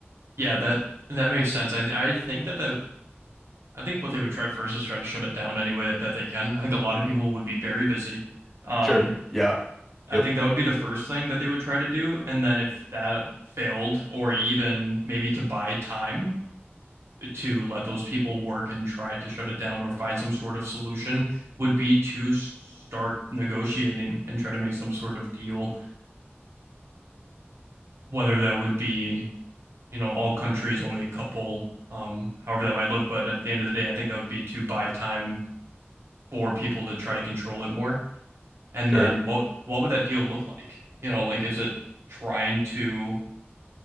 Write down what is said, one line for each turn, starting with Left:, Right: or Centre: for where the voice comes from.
Right: yeah, that that makes sense. I th I think that the I think what they would try first is try to shut it down any way that, that they can. I think a lot of people would be very busy. Um,
Centre: Sure. Yeah.
Right: I
Centre: Yep.
Right: think that would be the first thing that they would try to do, and then if that failed, or even maybe to buy time to let those people work and try to shut it down or find some sort of solution, would be to s- start negotiating and try to make some sort of deal, whether that would be you know, all countries, only a couple, um, however that might look. But at the end of the day, I think that would be to buy time for people to try to control it more. And
Centre: Sure.
Right: then what what would that deal look like? You know, like is it trying to